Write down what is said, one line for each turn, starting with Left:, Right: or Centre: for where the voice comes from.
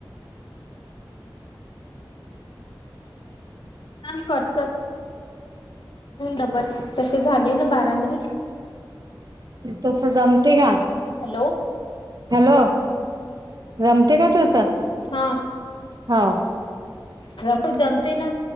Left: ह कट कट. डबल तसे झाले ना बारामीेली
Right: तस जमते का?
Left: हॅलो
Right: हॅलो रमतय का तुचं?
Left: हा.
Right: हा.
Left: र <unintelligible> फड जमते ना.